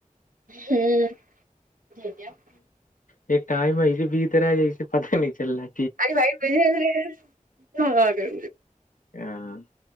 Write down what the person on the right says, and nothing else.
ہوں
ا وائٹ بجرےاں گے